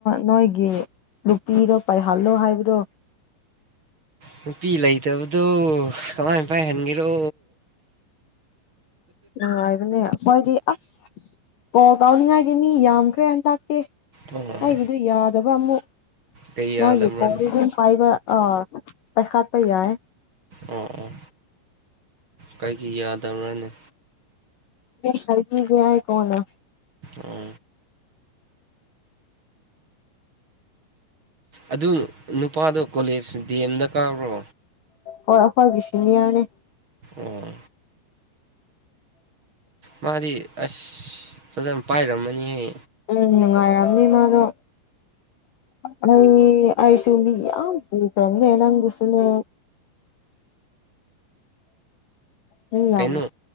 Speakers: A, on the left (about 60°); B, on the right (about 30°).
A: ꯅꯣꯏꯒꯤ ꯅꯨꯄꯤꯗꯣ ꯄꯥꯏꯍꯜꯂꯣ ꯍꯥꯏꯕꯗꯣ
B: ꯅꯨꯄꯤ ꯂꯩꯇꯕꯗꯣ ꯀꯃꯥꯏꯅ ꯄꯥꯏꯍꯟꯒꯦꯔꯣ
A: ꯑꯣ ꯍꯥꯏꯅ ꯍꯣꯏꯗꯤ ꯑꯁ ꯀꯣ ꯀꯥꯎꯅꯤꯡꯉꯥꯏꯗꯤ ꯃꯤ ꯌꯥꯝꯈ꯭ꯔꯦ ꯑꯟꯇ ꯑꯦ
B: ꯑꯣ
A: ꯑꯩꯒꯤꯗꯨ ꯌꯥꯗꯕ ꯑꯃꯨꯛ
B: ꯀꯩ ꯌꯥꯗꯕ꯭ꯔꯥꯅꯦ
A: ꯃꯥꯒꯤ ꯀꯣꯔꯤꯗꯨꯝ ꯄꯥꯏꯕ ꯑ ꯇꯩꯁ ꯄ ꯌꯥꯦ
B: ꯑꯣ ꯑꯣ ꯀꯥꯏꯒꯤꯗ ꯇꯧꯔꯅꯤ
A: ꯍꯔꯀꯤꯖꯦꯏ ꯀꯅ
B: ꯑꯣ ꯑꯗꯨ ꯅꯨꯄꯥꯗꯣ ꯀꯣꯂꯦꯖ ꯗ ꯑꯦꯝꯗ ꯀꯥꯈ꯭ꯔꯣ
A: ꯍꯣꯏ ꯑꯩꯈꯣꯏꯒꯤ ꯁꯤꯅꯤꯌꯔꯅꯦ
B: ꯎꯝ ꯃꯥꯗꯤ ꯑꯁ ꯐꯖꯅ ꯄꯥꯏꯔꯝꯃꯅꯤꯍꯦ
A: ꯎꯝ ꯅꯨꯡꯉꯥꯏꯔꯝꯅꯤ ꯃꯥꯗꯣ ꯅꯣꯏ ꯑꯩꯁꯨ ꯃꯤ ꯌꯥꯝ ꯄꯨꯏꯈ꯭ꯔꯝꯅꯦꯦ ꯅꯪꯕꯨꯁꯨꯂ ꯃꯤ
B: ꯀꯩꯅꯣ
A: ꯌꯥꯝ